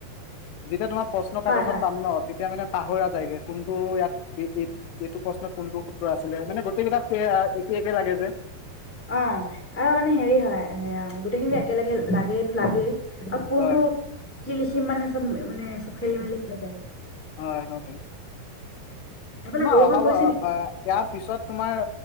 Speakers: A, on the left (about 80°); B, in the centre.
A: যেতিয়া তোমাক প্ৰশ্ন
B: হয়
A: কাকত
B: হয়
A: খন পাম ন, তেতিয়া মানে পাহৰা যায়গে কোনটো ইয়াত এই এইটো প্ৰশ্নত কোনটো সূত্ৰ আছিলে মানে গোটেইকেইটা‌ত আছেই আ এইকে লাগে যে
B: অঁ অঁ আৰু মানে হেৰি হয়, সেই গোটেইখিনি একেলগে লাগেইটো লাগেই অ কোনটো
A: হয়
B: লি লিখি মানে, চব মানে চব খেলি মেলি হৈ যায়
A: হয় হয়
B: সেইফালে
A: তোমাৰ
B: বৰষুণ
A: অহাবাৰ
B: পৰিছে
A: এ
B: নেকি
A: ইয়াৰ পিছত তোমাৰ